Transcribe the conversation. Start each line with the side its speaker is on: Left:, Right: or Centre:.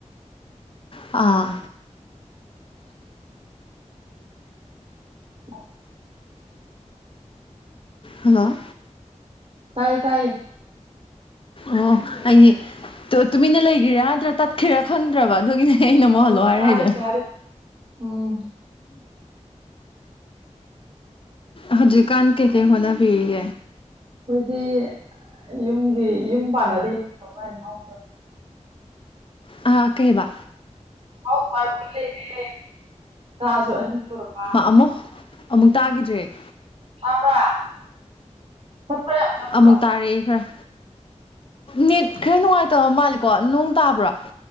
Left: ꯑꯥ
Right: <inaudible>
Left: ꯍꯜꯂꯣ
Right: ꯇꯥꯏꯌꯦ ꯇꯥꯏꯌꯦ
Left: ꯑꯣ ꯑꯩꯗꯤ ꯇꯨ ꯇꯨꯃꯤꯟꯅ ꯂꯩꯒ꯭ꯔꯤꯔꯥ ꯅꯇ꯭ꯔ ꯇꯠꯈꯤꯔꯥ ꯈꯪꯗ꯭ꯔꯕ ꯑꯗꯨꯒꯤꯅꯦ ꯑꯩꯅ ꯑꯃꯨꯛ
Right: ꯑꯣ
Left: ꯍꯜꯂꯣ ꯍꯥꯏꯔꯛꯏꯗꯣ
Right: ꯇꯥꯔꯤ ꯇꯥꯔꯤ ꯎꯝ
Left: ꯍꯧꯖꯤꯛ ꯀꯥꯟ ꯀꯩ ꯀꯩ ꯍꯣꯠꯅꯕꯤꯔꯤꯒꯦ
Right: ꯈꯣꯏꯗꯤ ꯌꯨꯝꯒꯤ ꯌꯨꯝ ꯄꯥꯟꯅꯕꯤ ꯇꯧ ꯂꯩꯔꯦ ꯍꯥꯎ
Left: ꯑꯥ ꯀꯩꯕꯥ
Right: ꯍꯥꯎꯁ ꯋꯥꯏꯐ ꯑꯣꯏ ꯂꯩꯔꯦ ꯆꯥꯖꯨ ꯑꯅꯤ ꯁꯨꯔꯄ
Left: ꯑꯃꯨ ꯑꯃꯨꯛ ꯇꯥꯒꯤꯗ꯭ꯔꯦ
Right: ꯇꯥꯕ꯭ꯔꯥ ꯆꯞꯄꯔ ꯆꯞ
Left: ꯑꯃꯨꯛ ꯇꯥꯔꯦꯑꯦ ꯈꯔ ꯅꯦꯠ ꯈꯔ ꯅꯨꯉꯥꯏꯇꯕ ꯃꯥꯜꯂꯤꯀꯣ ꯅꯣꯡ ꯇꯥꯕ꯭ꯔꯥ